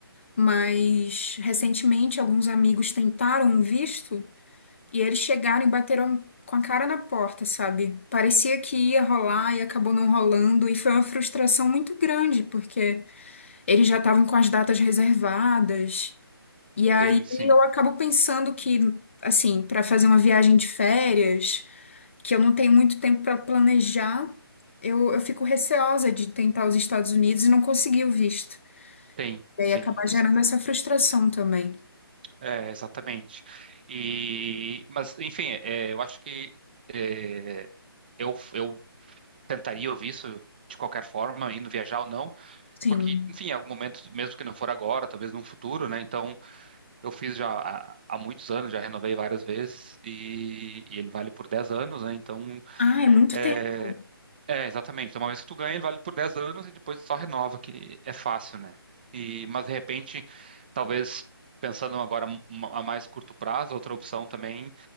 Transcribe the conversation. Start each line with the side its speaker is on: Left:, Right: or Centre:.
Left: mas recentemente alguns amigos tentaram um visto e eles chegaram e bateram com a cara na porta, sabe? Parecia que ia rolar e acabou não rolando, e foi uma frustração muito grande, porque eles já estavam com as datas reservadas. E aí
Right: Sim, sim,
Left: eu acabo pensando que, assim, pra fazer uma viagem de férias que eu não tenho muito tempo para planejar, eu, eu fico receosa de tentar os Estados Unidos e não conseguir o visto.
Right: tem,
Left: E
Right: sim.
Left: aí acabar gerando essa frustração também.
Right: É, exatamente. E, mas, enfim, é, eu acho que é, eu, eu tentaria ouvir isso de qualquer forma, indo viajar ou não,
Left: Sim.
Right: porque, enfim, em algum momento, mesmo que não for agora, talvez num futuro, né? Então, eu fiz já há, há muitos anos, já renovei várias vezes e, e ele vale por 10 anos, né? Então,
Left: Ah, é muito
Right: é,
Left: tempo.
Right: é, exatamente. Então, uma vez que tu ganha, ele vale por 10 anos e depois só renova, que é fácil, né? E, mas de repente, talvez pensando agora m- a mais curto prazo, outra opção também